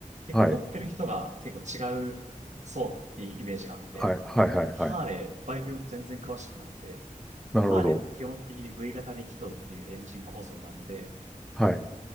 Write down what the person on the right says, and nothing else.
結構乗ってる人が結構違う、
そうっていうイメージがあって、
僕、
ハーレー、
バイク全然詳しくなくて、
ハーレーって基本的に V 型に気筒っていうエンジン構造なんで、